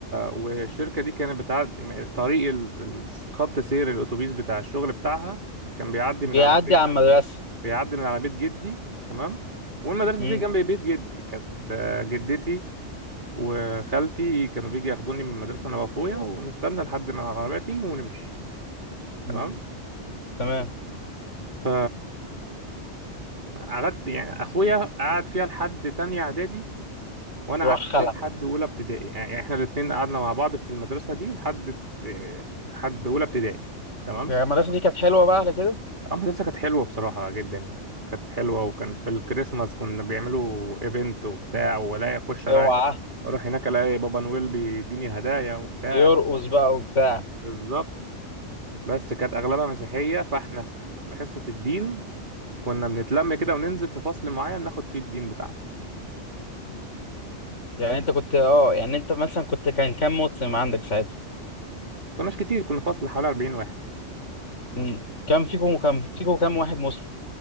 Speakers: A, on the right (about 40°); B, on the left (about 85°).
A: والشركة دي كانت بتعدي طريق ال- ال- خط سير الاتوبيس بتاع الشغل بتاعها كان بيعدي
B: بيعدي
A: من على بيت
B: على المدرسة
A: بيعدي من على بيت جدي تمام والمدرسة
B: امم
A: دي جنب بيت جدي كانت آه، جدتي وخالتي كانوا بيجي ياخدوني من المدرسة انا واخويا ونستنى لحد ما العربية تيجي ونمشي تمام
B: أمم. تمام
A: ف قعدت يعني اخويا قعد فيها لحد تانية اعدادي وانا
B: روح
A: قعدت
B: خلع
A: فيها لحد اولى ابتدائي يعني يعني احنا الاتنين قعدنا مع بعض في المدرسة دي لحد لحد اولى ابتدائي تمام
B: يعني المدرسة دي كانت حلوة بقى على كده
A: اه، المدرسة كانت حلوة بصراحة جدا يعني كانت حلوة وكان في الكريسماس كنا بيعملوا ايفنت وبتاع ولا اخش الاقي
B: اوعى
A: اروح هناك الاقي بابا نويل بيديني هدايا وبتاع
B: بيرقص بقى وبتاع
A: بالظبط بس كانت اغلبها مسيحية فاحنا في في حصة الدين كنا بنتلم كده وننزل في فصل معين ناخد فيه الدين بتاعنا
B: يعني انت كنت اه يعني انت مثلا كنت كان كام مسلم عندك ساعتها
A: كناش كتير كنا فصل حوالي 40 واحد
B: مم. كان فيكم كان فيكم كام واحد مسلم